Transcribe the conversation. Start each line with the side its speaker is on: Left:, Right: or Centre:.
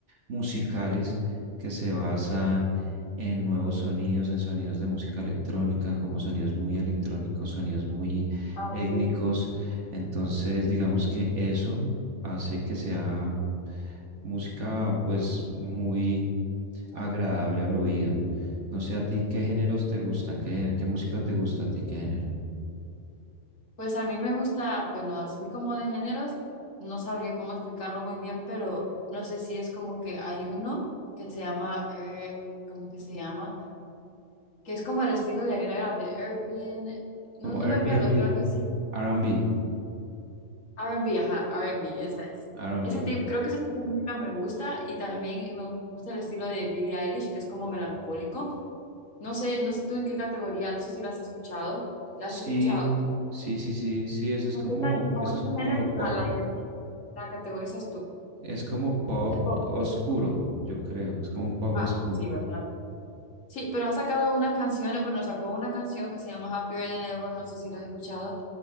Right: musicales que se basan en nuevos sonidos, en sonidos de música electrónica, como sonidos muy electrónicos, sonidos muy
Left: Ah,
Right: étnicos.
Left: ok, ok.
Right: Entonces, digamos que eso hace que sea música pues muy agradable al oído. No sé a ti qué géneros te gustan, qué, qué música te gusta a ti, qué género.
Left: Pues a mí me gusta, bueno, así como de géneros, no sabría cómo explicarlo muy bien, pero no sé si es como que hay uno que se llama, eh, ¿cómo que se llama? que es como el estilo de Ariana Grande, Airbnb, no,
Right: Como
Left: no
Right: Airbnb.
Left: me acuerdo, pero algo así,
Right: R&B,
Left: R&B, ajá, R&B, esa es.
Right: R&B.
Left: Ese tipo, creo que ese tipo de música me gusta y también me gusta el estilo de Billie Eilish, que es como melancólico. No sé, no sé tú en qué categoría, no sé si la has escuchado, la
Right: Sí,
Left: has escuchado.
Right: sí, sí, sí, sí, eso es
Left: ¿En
Right: como,
Left: qué ca- en como
Right: eso
Left: en qué
Right: es
Left: género
Right: como pop,
Left: la, la- la categorizas tú?
Right: es como pop
Left: En pop.
Right: oscuro, yo creo, es como un pop
Left: Ah,
Right: oscuro.
Left: sí, ¿verdad? Sí, pero ha sacado unas canciones, bueno, sacó una canción que se llama Happier Than Ever, no sé si la has escuchado,